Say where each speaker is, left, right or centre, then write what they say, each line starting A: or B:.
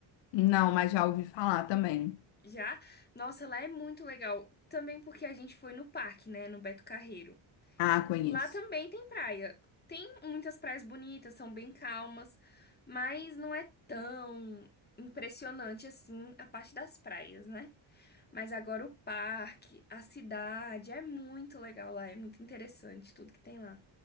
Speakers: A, on the left; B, on the left.
A: Não, mas já ouvi falar também.
B: Já? Nossa, lá é muito legal. Também porque a gente foi no parque, né? No Beto Carreiro.
A: Ah, conheço.
B: Lá também tem praia. Tem muitas praias bonitas, são bem calmas, mas não é tão impressionante assim a parte das praias, né? Mas agora o parque, a cidade, é muito legal lá, é muito interessante tudo que tem lá.